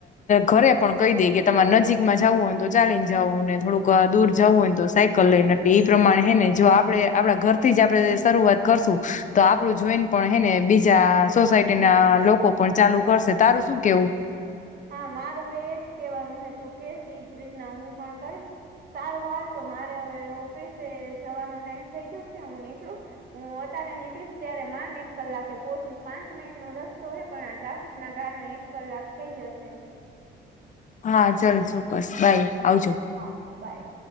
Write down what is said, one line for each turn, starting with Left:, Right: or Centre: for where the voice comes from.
Left: ઘરે પણ કહી દે કે તમારે નજીકમાં જવું હોય ને તો ચાલીને જવું ને થોડુંક, દૂર જવું હોયને તો સાયકલ લઈ ને, એ પ્રમાણે હે ને જો આપડણે આપણા ઘરથી જ આપણે શરૂઆત કરશું તો આપણું જોઈન, પણ હેને બીજા સોસાયટી ના લોકો પણ ચાલુ કરશે તારું શું કેવું.
Right: હા મારું એજ કેવાનું હે તું કેશ એજ રીતના હું પણ કરીશ. સારું હાલ તો મારે હવે ઓફિસે જવાનો ટાઈમ થઈ ગયો છે હું નીકળું. હું અત્યારે નીકળીશ ત્યારે માન એક કલાકે પોહોંચીશ પાંચ મિનિટ નો રસ્તો હય પણ આ ટ્રાફિક ના કારણે, કલાક થઇ જશે.
Left: હા ચાલ ચોક્કસ બાય આવજો.
Right: હા બાય.